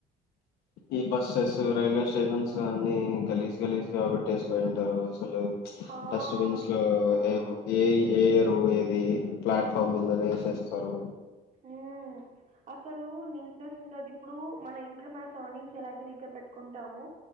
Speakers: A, on the left; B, on the right.
A: ఈ బస్సెస్ రైల్వే స్టేషన్స్ అన్ని గలీజ్ గలీజ్ గా పెట్టేసుకొని ఉంటారు హలో
B: హా!
A: డస్ట్ బిన్స్ లో ఏ ఏ ఏ ఇయర్ పోయేది ప్లాట్‌ ఫామ్ మిందనే వేసేస్తారు
B: ఉ అసలు నీట్నెస్ ఉండది ఇప్పుడు మ సేన్‌ ఇంట్లో మా సరౌండింగ్స్ ఎలాయితే నీటిగా పెట్టుకుంటాము